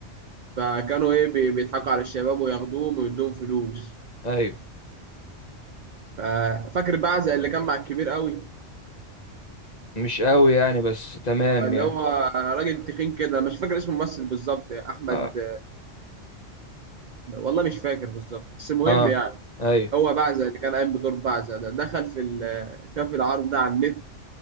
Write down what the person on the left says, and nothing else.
ايوه
مش قوي يعني بس تمام
يعني
اه
اه
ايوه